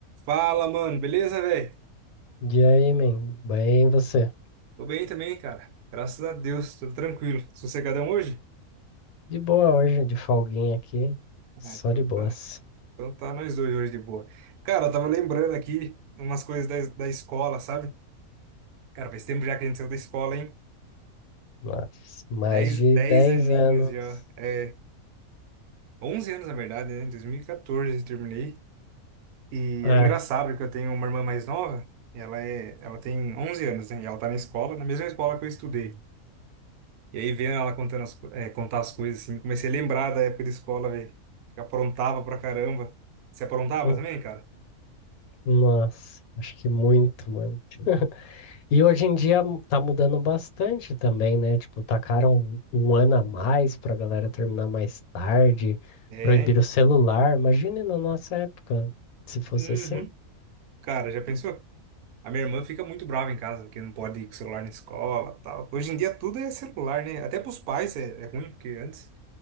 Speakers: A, on the right; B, on the left.
A: Fala, mano, beleza, velho?
B: E aí, man? Bem, e você?
A: Tô bem também, cara. Graças a Deus, tudo tranquilo. Sossegadão hoje?
B: De boa hoje, de folguinha aqui. Só
A: Ah, então
B: de boas.
A: tá. Então tá nós dois hoje de boa. Cara, eu tava lembrando aqui umas coisas da, da escola, sabe? Cara, faz tempo já que a gente saiu da escola, hein?
B: Nossa, mais
A: Dez,
B: de
A: dez
B: 10
A: aninhos
B: anos.
A: já. É, onze anos, na verdade, né? 2014 eu terminei. E
B: Ah,
A: é engraçado que eu tenho uma irmã mais nova, e ela é, ela tem 11 anos, né? E ela tá na escola, na mesma escola que eu estudei. E aí, vendo ela contando as, co- eh, contar as coisas, assim, comecei a lembrar da época de escola, velho. Que aprontava pra caramba. Você aprontava
B: hum,
A: também, cara?
B: nossa, acho que muito, mano. <laughs> E hoje em dia tá mudando bastante também, né? Tipo, tacaram um um ano a mais pra galera terminar mais tarde,
A: É,
B: proibiram
A: então.
B: o celular. Imagine na nossa época, se fosse
A: Uhum.
B: assim.
A: Cara, já pensou? A minha irmã fica muito brava em casa, que não pode ir com celular na escola, tal. Hoje em dia tudo é celular, né? Até pros pais é, é ruim, porque antes...